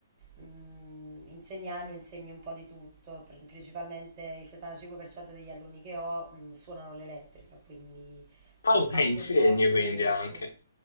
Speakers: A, on the right (about 35°); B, on the left (about 75°).
A: mm, insegnando insegni un po' di tutto, Pr- principalmente il 75% degli alunni che ho mm, suonano l'elettrica, quindi
B: Ah,
A: eh,
B: ok,
A: spazio
B: insegni
A: un po' su,
B: quindi anche.
A: su-